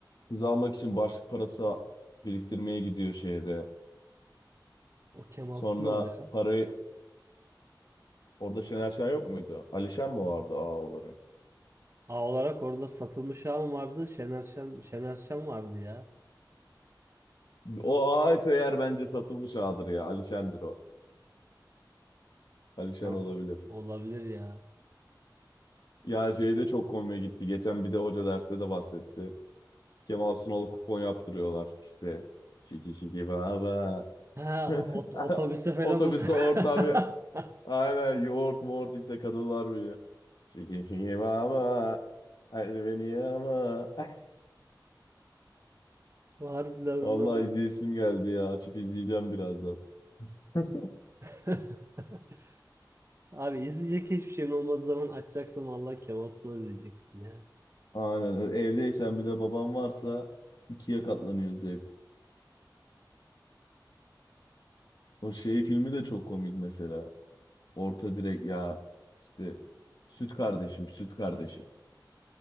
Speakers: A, on the left; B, on the right.
A: Kız almak için başlık parası biriktirmeye gidiyor şehre.
B: O Kemal
A: Sonra
B: Sunal ya.
A: parayı orada Şener Şen yok muydu? Alişen mi vardı ağ olarak?
B: A olarak orada satılmış ağam vardı. Şener Şen, Şener Şen vardı ya.
A: O ağ ise eğer bence satılmış ağdır ya. Alişen'dir o. Alişen
B: Ha, o-
A: olabilir.
B: olabilir ya.
A: Ya şey de çok komik gitti. Geçen bir de hoca derste de bahsetti. Kemal Sunal kupon yaptırıyorlar. İşte şiki şiki baba.
B: Ha,
A: <laughs>
B: ot- otobüse falan
A: Otobüste
B: ot
A: ortam
B: <laughs>
A: ya- Aynen yoğurt muğurt işte kadınlar biliyor. Şiki şiki baba. Haydi beni yama. <laughs>
B: Harbiden
A: Vallahi
B: onlar
A: izleyesim geldi ya. Açıp izleyeceğim birazdan. <laughs>
B: <laughs> Abi izleyecek hiçbir şeyin olmadığı zaman açacaksın vallahi Kemal Sunal izleyeceksin ya.
A: Aynen. ö- Evdeysen bir de babam varsa ikiye katlanıyor zevk. O şey filmi de çok komik mesela. Orta direk ya işte süt kardeşim süt kardeşi.